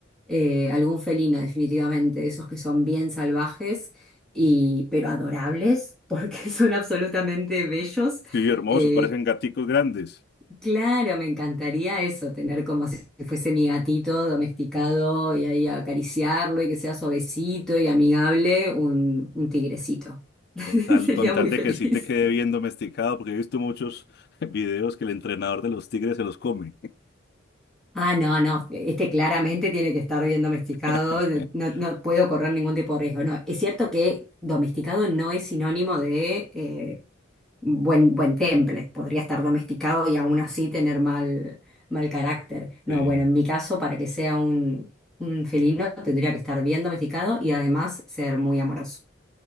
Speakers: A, in the centre; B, on the left (about 55°).
A: eh, algún felino definitivamente, esos que son bien salvajes, y, pero adorables, porque <laughs> son absolutamente bellos.
B: Sí, hermosos,
A: eh,
B: parecen gaticos grandes.
A: Claro, me encantaría eso, tener como si fuese mi gatito domesticado y ahí acariciarlo y que sea suavecito y amigable, un, un tigrecito. <laughs>
B: Con tal,
A: Sería
B: con tal
A: muy
B: de
A: feliz.
B: que sí te quede bien domesticado, porque he visto muchos <laughs> videos que el entrenador de los tigres se los come.
A: Ah, no, no, este claramente tiene que estar bien domesticado,
B: <laughs>
A: eh, no, no puedo correr ningún tipo de riesgo. No, es cierto que domesticado no es sinónimo de eh, buen, buen temple, podría estar domesticado y aún así tener mal, mal carácter. No,
B: Sí,
A: bueno, en mi caso, para que sea un, un felino, tendría que estar bien domesticado y además ser muy amoroso.